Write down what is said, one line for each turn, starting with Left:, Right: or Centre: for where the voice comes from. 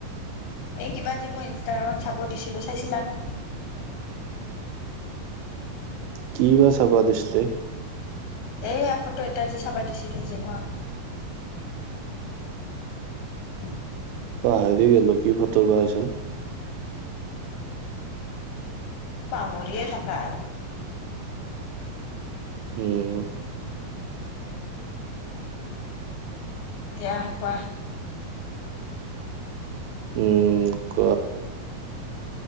Left: এই কিবা যে মই ইনষ্টাগ্ৰামত চাব দিছিলো চাইছিলা ন <inaudible>
Right: কিবা চাবা দিছলি
Left: এইয়া ফটো এটা যে চাবা দিছিলো যে মই <inaudible>
Right: পাহৰি গলো কি ফটো বা আছিল
Left: পাহৰিয়ে থাকা আৰ
Right: উম
Left: দিয়া কোৱা
Right: উম ক